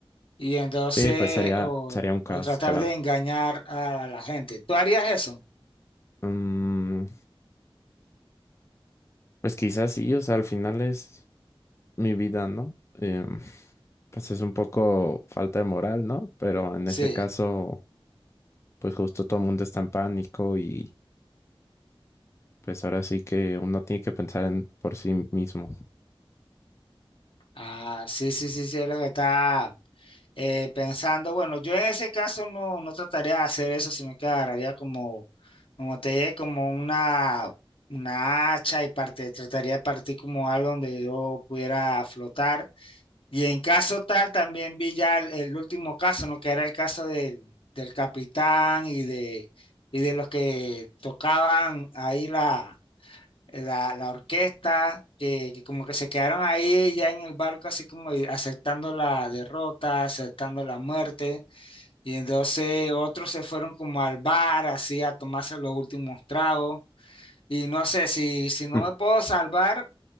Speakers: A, on the left (about 70°); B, on the left (about 30°).
A: y entonces
B: sí, pues sería,
A: o,
B: sería un caos,
A: o tratar
B: claro.
A: de engañar a la gente. ¿Tú harías eso?
B: Mm, pues quizás sí, o sea, al final es mi vida, ¿no? Em, pues es un poco falta de moral, ¿no? Pero en
A: Sí.
B: ese caso, pues justo todo el mundo está en pánico y pues ahora sí que uno tiene que pensar en por sí mismo.
A: Ah, sí, sí, sí, sí, es lo que está eh, pensando. Bueno, yo en ese caso no, no trataría de hacer eso, sino que agarraría como, como te dije, como una, una hacha y parte, trataría de partir como algo donde yo pudiera flotar Y en caso tal, también vi ya el, el último caso, ¿no? Que era el caso del, del capitán y de, y de los que tocaban ahí la, la, la orquesta, que, que como que se quedaron ahí ya en el barco, así como y aceptando la derrota, aceptando la muerte. Y entonces otros se fueron como al bar, así a tomarse los últimos tragos. Y no sé, si, si no
B: Mm.
A: me puedo salvar,